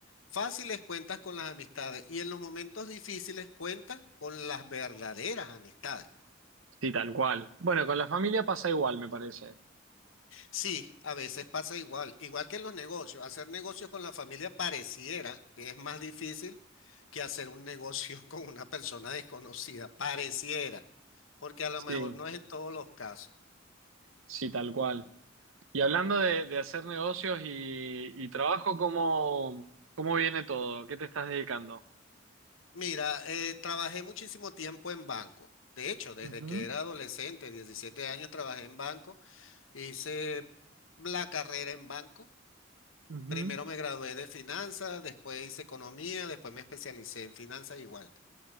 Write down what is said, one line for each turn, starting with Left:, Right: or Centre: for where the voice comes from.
Left: fáciles cuentas con las amistades y en los momentos difíciles cuentas con las verdaderas amistades.
Right: sí, tal cual. Bueno, con la familia pasa igual, me parece.
Left: Sí, a veces pasa igual, igual que en los negocios. Hacer negocios con la familia pareciera que es más difícil que hacer un negocio <laughs> con una persona desconocida, pareciera, porque a lo
Right: Sí,
Left: mejor no es en todos los casos.
Right: sí, tal cual. Y hablando de, de hacer negocios y, y trabajo, ¿cómo, cómo viene todo? ¿Qué te estás dedicando?
Left: Mira, eh, trabajé muchísimo tiempo en banco. De hecho, desde
Right: Ujú,
Left: que era adolescente, 17 años, trabajé en banco, hice la carrera en banco.
Right: ujú,
Left: Primero me gradué de finanzas, después hice economía, después me especialicé en finanzas igual.